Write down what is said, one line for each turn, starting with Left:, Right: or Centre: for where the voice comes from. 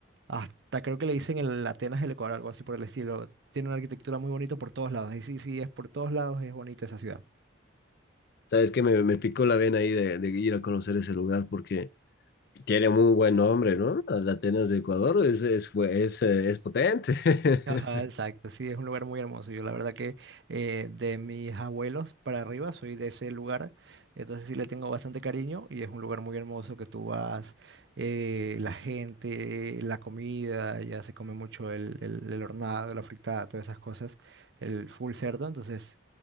Right: hasta creo que le dicen el Atenas del Ecuador, algo así por el estilo, tiene una arquitectura muy bonita por todos lados, y sí, sí, es por todos lados, es bonita esa ciudad.
Left: ¿Sabes que Me, me picó la vena ahí de, de ir a conocer ese lugar porque Tiene muy buen nombre, ¿no? Las Atenas de Ecuador es, es, fue- es, eh, es potente. <laughs>
Right: Ajá, exacto, sí, es un lugar muy hermoso. Yo la verdad que eh, de mis abuelos para arriba soy de ese lugar, entonces sí le tengo bastante cariño y es un lugar muy hermoso que tú vas, eh, la gente, la comida, ya se come mucho el, el, el hornado, la fritada, todas esas cosas, el full cerdo, entonces